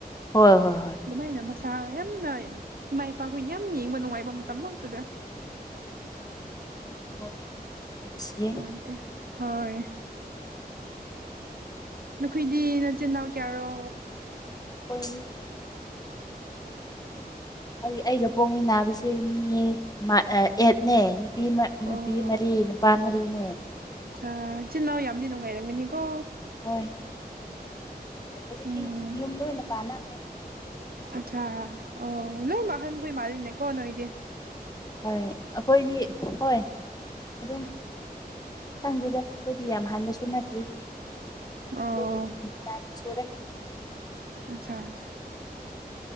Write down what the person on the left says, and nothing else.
ꯍꯣꯏ ꯍꯣꯏ ꯍꯣꯏ
ꯍꯣꯏ ꯅꯨꯡꯁꯤꯌꯦ
<unintelligible> ꯑꯩ ꯑꯩꯒ ꯄꯣꯛꯃꯤꯟꯅꯕꯁꯦ ꯃꯤ ꯃ ꯑꯥ ꯑꯦꯠꯅꯦ ꯅꯨꯄꯤ ꯃ
ꯅꯨꯄꯤ ꯃꯔꯤ ꯅꯨꯄꯥ ꯃꯔꯤꯅꯦ
ꯍꯣꯏ ꯍꯧꯖꯤꯛꯇꯤ
ꯌꯨꯝ ꯂꯣꯏꯅ ꯄꯥꯟꯅꯈ꯭ꯔꯦ
ꯍꯣꯏ ꯑꯈꯣꯏꯗꯤ ꯍꯣꯏ ꯑꯗꯨꯝ ꯈꯪꯗꯦꯗ ꯑꯩꯈꯣꯏꯗꯤ ꯌꯥꯝ ꯍꯥꯟꯅꯁꯨ ꯅꯠꯇꯔꯤ
ꯑꯗꯨꯕꯨ <inaudible>